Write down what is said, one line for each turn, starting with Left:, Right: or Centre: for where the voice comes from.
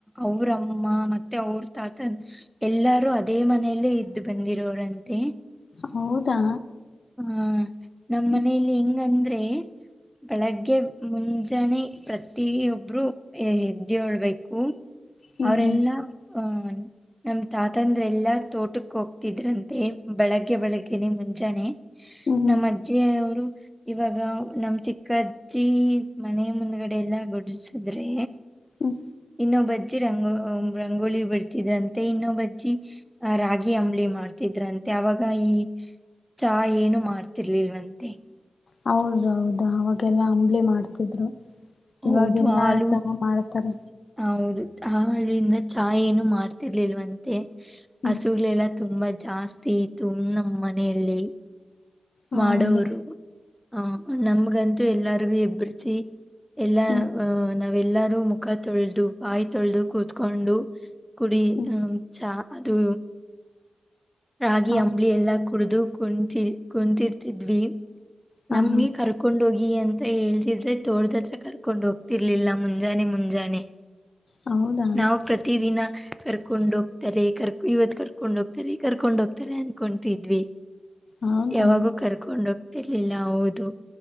Centre: ಅವ್ರಮ್ಮ ಮತ್ತೆ ಅವ್ರ ತಾತನ್ ಎಲ್ಲಾರೂ ಅದೇ ಮನೆಯಲ್ಲೇ ಇದ್ದು ಬಂದಿರೋರಂತೆ
Left: ಹೌದಾ
Centre: ಹಾ ನಮ್ಮ
Left: ಹ್ಮ್
Centre: ಮನೇಲಿ ಹೆಂಗಂದ್ರೆ ಬೆಳಗ್ಗೆ ಮುಂಜಾನೆ ಪ್ರ ಪ್ರತಿ ಒಬ್ರು ಎದ್ದಳ್ಬೇಕು
Left: ಹ್ಮ್
Centre: ಅವರೆಲ್ಲಾ
Left: ಹ್ಮ್
Centre: ಅಹ್ ನಮ್ಮ ತಾತ ಅಂದ್ರೆಲ್ಲ ತೋಟಕ್ಕೆ ಹೋಗ್ತಿದ್ರಂತೆ ಬೆಳಗ್ಗೆ ಬೆಳಗ್ಗೆನೆ ಮುಂಜಾನೆ
Left: ಹ್ಮ್ ಹ್ಮ್
Centre: ನಮ್ಮ ಅಜ್ಜಿಯವರು ಇವಾಗ ನಮ್ಮ ಚಿಕ್ಕಜ್ಜಿ ಮನೆ ಮುಂದ್ಗಡೆ ಎಲ್ಲ ಗುಡಸಿದ್ರೆ
Left: ಹ್ಮ್
Centre: ಇನ್ನೊಬ್ಬಜ್ಜಿ ರಂಗೋ ರಂಗೋಲಿ ಬಿಡ್ತಿದ್ರಂತೆ ಇನ್ನೊಬ್ಬಜ್ಜಿ ಆ ರಾಗಿ ಅಂಬಲಿ ಮಾಡ್ತಿದ್ರಂತೆ ಅವಾಗ ಈ ಚಾ ಏನು ಮಾಡ್ತಿರ್ಲಿಲ್ವಂತೆ
Left: ಹೌದೌದು ಅವಾಗೆಲ್ಲಾ ಅಂಬ್ಲಿ ಮಾಡ್ತಿದ್ರು
Centre: ಹೌದು
Left: ಇವಾಗೆಲ್ಲಾ
Centre: ಹಾಲೂ
Left: ಚಹಾ ಮಾಡ್ತಾರೆ
Centre: ಹಲು ಆಲ್ಲಿಂದ ಚಾ ಏನು ಮಾಡ್ತಿರ್ಲಿಲ್ವಂತೆ
Left: ಹ್ಮ್
Centre: ಹಸುಗಳೆಲ್ಲ ತುಂಬಾ ಜಾಸ್ತಿ ಇತ್ತು ನಮ್ಮ ಮನೆಯಲ್ಲಿ
Left: ಹೌದು
Centre: ಮಾಡೋರು ಹ ನಮ್ಗಂತೂ ಎಲ್ಲರಿಗು ಎಬ್ಬ್ರಸಿ ಎಲ್ಲಾ
Left: ಹ್ಮ್
Centre: ಅಹ ನಾವೆಲ್ಲಾರೂ ಮುಖ ತೊಳೆದು ಬಾಯಿ ತೊಳೆದು ಕೂತ್ಕೊಂಡು ಕುಡಿ
Left: ಹ್ಮ್
Centre: ಹ ಚಾ ಅದು ರಾಗಿ
Left: ಹೌದು
Centre: ಅಂಬಲಿ ಎಲ್ಲಾ ಕುಡಿದು ಕುಂತ ಕುಂತರ್ತಿದ್ವಿ
Left: ಹ
Centre: ನಮ್ಗೆ
Left: ಹಾ
Centre: ಕರ್ ಕರ್ಕೊಂಡ ಹೋಗಿ ಅಂತ ಹೇಳ್ತಿದ್ರೆ ತೋಟದತ್ರ ಕರ್ಕೊಂಡ್ ಹೋಗ್ತಿರ್ಲಿಲ್ಲ ಮುಂಜಾನೆ ಮುಂಜಾನೆ
Left: ಹೌದಾ
Centre: ನಾವವು ಪ್ರತಿ ದಿನ ಕರ್ಕೊಂಡ ಹೋಗ್ತಾರೆ ಕರ್ ಇವತ್ ಕರ್ಕೊಂಡ್ ಹೋಗ್ತಾರೆ ಕರ್ಕೊಂಡ ಹೋಗ್ತಾರೆ ಅನ್ಕೊತಿದ್ವಿ
Left: ಹೌದಾ
Centre: ಯಾವಾಗೂ ಕರ್ಕೊಂಡ ಹೋಗ್ ಇರ್ಲಿಲ್ಲ ಹೌದು